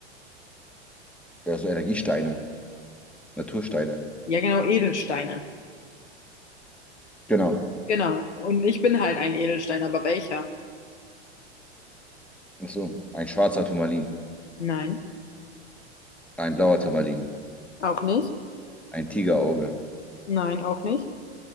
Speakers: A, in the centre; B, on the left (about 80°).
A: ja, so Energiesteine, Natursteine.
B: Ja, genau, Edelsteine.
A: Genau.
B: Genau. Und ich bin halt ein Edelstein, aber welcher?
A: Ach so, ein schwarzer Turmalin,
B: Nein,
A: ein blauer Turmalin,
B: auch nicht.
A: ein Tigerauge.
B: Nein, auch nicht.